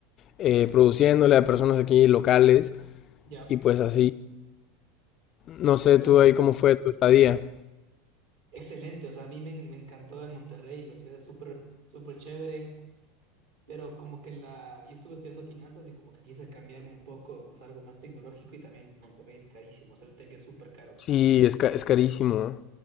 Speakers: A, on the left; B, on the right.
A: eh, produciéndole a personas aquí locales
B: ya,
A: y pues así. No sé,
B: claro.
A: tú ahí cómo fue tu estadía.
B: Excelente. O sea, a mí me, me encantó en Monterrey, la ciudad es súper, súper chévere. Pero como que la, yo estuve estudiando finanzas y como que quise cambiarme un poco, o sea, algo más tecnológico y también Monterrey es carísimo, o sea, el tech es súper caro.
A: Sí, es, ca- es carísimo.